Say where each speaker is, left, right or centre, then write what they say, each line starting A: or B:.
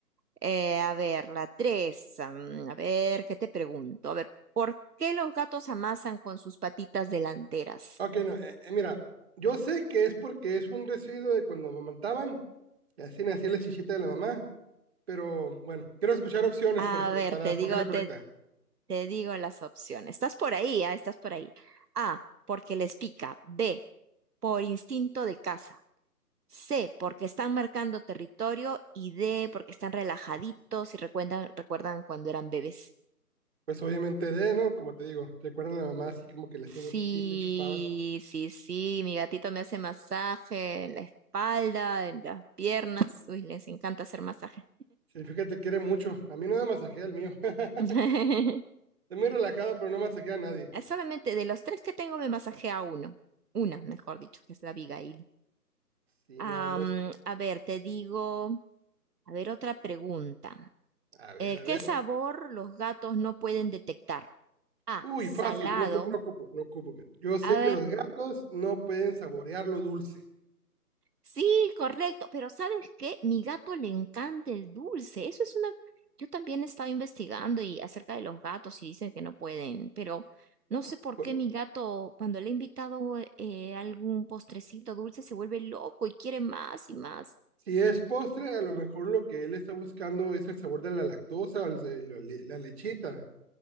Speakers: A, on the right; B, on the right.
A: Eh, a ver, la tres. mm, A ver, ¿qué te pregunto? A ver, ¿por qué los gatos amasan con sus patitas delanteras?
B: Ok, no, eh, eh, mira, yo sé que es porque es un residuo de cuando amamantaban, y así nacía la chichita de la mamá, pero bueno, quiero escuchar opciones
A: A
B: para, esco-
A: ver,
B: para
A: te
B: escoger
A: digo,
B: la correcta.
A: te, te digo las opciones. Estás por ahí, ah, Estás por ahí. A, porque les pica. B, por instinto de caza. C, porque están marcando territorio. Y D, porque están relajaditos y recuerdan, recuerdan cuando eran bebés.
B: Pues obviamente de, ¿no? Como te digo, recuerdan a la mamá así como que le
A: Sí,
B: hacían la chichita y chupaban.
A: sí, sí, mi gatito me hace masaje en la espalda, en las piernas. Uy, les encanta hacer masaje.
B: Sí, fíjate, quiere mucho. A mí no me masajea el mío. <laughs>
A: <laughs>
B: Es muy relajado, pero no masajea a nadie.
A: Solamente de los tres que tengo me masajea uno. Una, mejor dicho, que es la Abigail.
B: Sí,
A: Am,
B: no, no es...
A: a ver, te digo, a ver, otra pregunta.
B: A ver,
A: Eh,
B: a
A: ¿qué
B: ver.
A: sabor los gatos no pueden detectar? A,
B: Uy,
A: salado.
B: fácil, no, cu- no ocupo, no ocupo. mira. Yo sé
A: A
B: que los gatos no pueden saborear lo dulce.
A: Sí, correcto, pero ¿sabes qué? Mi gato le encanta el dulce. Eso es una... Yo también he estado investigando y acerca de los gatos y dicen que no pueden, pero no sé por
B: Pu-
A: qué mi gato, cuando le he invitado eh, algún postrecito dulce, se vuelve loco y quiere más y más.
B: Si es postre, a lo mejor lo que él está buscando es el sabor de la lactosa, el- el- la, le- la lechita